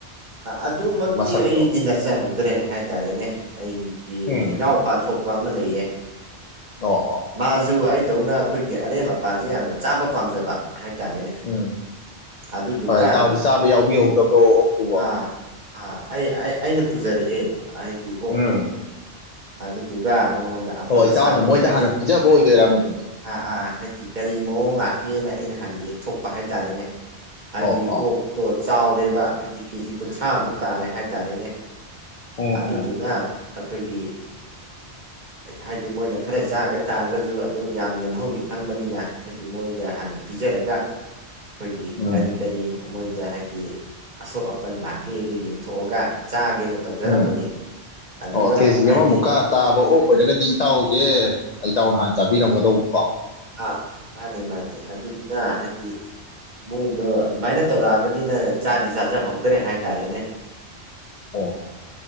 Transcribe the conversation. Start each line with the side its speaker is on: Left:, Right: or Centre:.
Right: ꯑꯗꯨꯃꯛꯇꯤ
Left: ꯃꯁꯛꯇꯣ
Right: ꯑꯩꯗꯤ ꯅꯠꯆꯍꯧꯗ꯭ꯔꯦ ꯍꯥꯏꯇꯥꯔꯦꯅꯦ ꯑꯩꯒꯤ
Left: ꯎꯝ
Right: ꯏꯅꯥꯎꯄꯥ ꯊꯣꯛꯄ ꯑꯃ ꯂꯩꯌꯦ
Left: ꯑꯣ ꯑꯣ
Right: ꯃꯥꯁꯨ ꯑꯩ ꯗꯧꯅ ꯑꯩꯈꯣꯏꯒꯤ ꯑꯔꯦꯝ ꯑꯄꯥꯁꯦ ꯌꯥꯝꯅ ꯆꯥꯕ ꯄꯥꯝꯖꯕ ꯍꯥꯏ ꯇꯦꯅꯦ
Left: ꯎꯝ
Right: ꯑꯗꯨꯗꯨꯅ
Left: ꯍꯣꯏ ꯏꯇꯥꯎꯗꯤ ꯆꯥꯕ ꯌꯥꯎꯕꯤꯍꯧꯗꯕ꯭ꯔꯣ ꯑꯣꯛꯇꯨꯕꯣ
Right: ꯑꯥ ꯑꯥ ꯑꯩ ꯑꯩꯅ ꯄꯨꯖꯔꯛꯑꯦ ꯑꯩꯗꯤ ꯑꯣꯛꯇꯣ
Left: ꯎꯝ
Right: ꯑꯗꯨꯗꯨꯒ ꯃꯉꯣꯟꯗ ꯑꯐꯕ
Left: ꯑꯣ ꯏꯇꯥꯎꯅ
Right: ꯁꯥꯗꯅ
Left: ꯃꯣꯏꯗ
Right: ꯍꯥꯏꯗꯤ
Left: ꯍꯥꯟꯅ ꯄꯤꯖꯕ ꯑꯣꯏꯗꯣꯏꯔꯥ ꯃꯗꯨꯗꯤ
Right: ꯑꯥ ꯑꯥ ꯍꯥꯏꯗꯤ ꯀꯔꯤ ꯃꯑꯣꯡ ꯂꯥꯛ ꯀꯦꯅ ꯑꯩꯅ ꯍꯥꯟꯅ ꯌꯦꯡꯊꯣꯛꯄ ꯍꯥꯏꯇꯥꯔꯦꯅꯦ ꯍꯥꯏꯗꯤ
Left: ꯑꯣ ꯑꯣ
Right: ꯑꯣꯛꯇꯣ ꯆꯥꯎꯔꯦꯕ ꯍꯥꯏꯗꯤ ꯀꯦꯖꯤ ꯀꯨꯟꯊ꯭ꯔꯥꯃꯨꯛ ꯇꯥꯔꯦ ꯍꯥꯏꯇꯥꯔꯦꯅꯦ
Left: ꯎꯝ
Right: ꯑꯗꯨꯗꯨꯅ
Left: ꯎꯝ
Right: ꯑꯩꯈꯣꯏꯒꯤ ꯍꯥꯏꯗꯤ ꯃꯣꯏꯅ ꯈꯔ ꯆꯥꯈ ꯇꯥꯔꯒꯁꯨ ꯑꯗꯨꯝ ꯌꯥꯝ ꯅꯦꯝꯍꯧꯅꯤ ꯈꯪꯕꯅꯤꯅ ꯍꯥꯏꯗꯤ ꯍꯥꯏꯗꯤ ꯃꯣꯏꯗ ꯍꯥꯟꯅ ꯄꯤꯖꯔꯒ
Left: <inaudible> <inaudible>
Right: ꯑꯩꯈꯣꯏꯒꯤ
Left: ꯎꯝ
Right: ꯀꯔꯤ ꯀꯔꯤ ꯃꯣꯏꯗ ꯍꯥꯏꯗꯤ ꯑꯁꯣꯛ ꯑꯄꯟ ꯂꯥꯛꯀꯦꯗ ꯌꯦꯡꯊꯣꯛꯑꯒ ꯆꯥꯒꯦꯅ ꯇꯧꯖꯔꯝꯕꯅꯤ
Left: ꯎꯝ
Right: ꯑꯗꯨꯗ
Left: ꯑꯣ ꯀꯦꯖꯤ
Right: ꯍꯥꯏꯗꯤ
Left: ꯑꯃꯃꯨꯛꯀ ꯇꯥꯕ ꯑꯣꯛ ꯑꯣꯏꯔꯒꯗꯤ ꯏꯇꯥꯎꯁꯦ ꯏꯇꯥꯎꯅꯍꯥꯟ ꯆꯥꯕꯤꯔꯝꯒꯗꯧꯕ ꯀꯣ
Right: ꯑꯥ ꯃꯥꯅꯤ ꯃꯥꯅꯤ ꯑꯗꯨꯗꯨꯅ ꯍꯥꯏꯗꯤ ꯃꯣꯏꯗꯣ ꯑꯗꯨꯃꯥꯏꯅ ꯇꯧꯔꯛꯑꯕꯅꯤꯅ ꯆꯥꯗꯤ ꯆꯥꯖꯍꯧꯗ꯭ꯔꯦ ꯍꯥꯏꯇꯥꯔꯦꯅꯦ
Left: ꯑꯣ